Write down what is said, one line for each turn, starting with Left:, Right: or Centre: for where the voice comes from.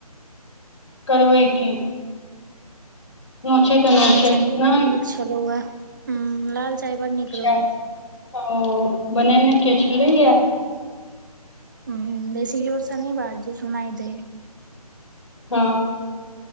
Left: करबै की। नोचैत नोचैत
Right: लाल चाइ बहुत
Left: नहि
Right: नीक छलौए। हुं लाल चाइ बड़ नीक
Left: अच्छा,
Right: रहौ।
Left: ओ बनेने के छलैयै।
Right: हुम्म बेसी जोरस नहि बाज जे सुनाइ दै।
Left: हँ